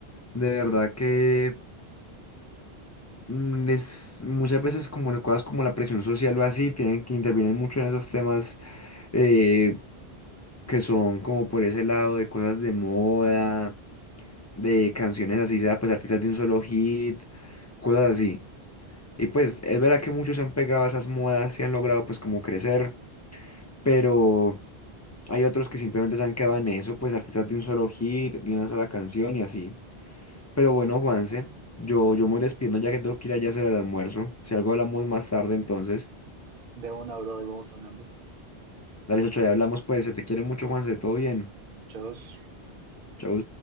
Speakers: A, on the left (about 25°); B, on the right (about 55°).
A: De verdad que mm, es, muchas veces como las cosas como la presión social o así tienen que intervienen mucho en esos temas eh, que son como por ese lado de cosas de moda, de canciones así sea, pues artistas de un solo hit, cosas así. Y pues es verdad que muchos se han pegado a esas modas y han logrado pues como crecer, pero hay otros que simplemente se han quedado en eso, pues artistas de un solo hit, de una sola canción y así. Pero bueno, Juanse, yo, yo me voy despidiendo ya que tengo que ir allá a hacer el almuerzo. Si algo hablamos más tarde, entonces.
B: De una, bro, y vamos ganando.
A: Dale, Sacho, ya hablamos, pues. Se te quiere mucho, Juanse. Todo bien.
B: Muchos
A: Chau.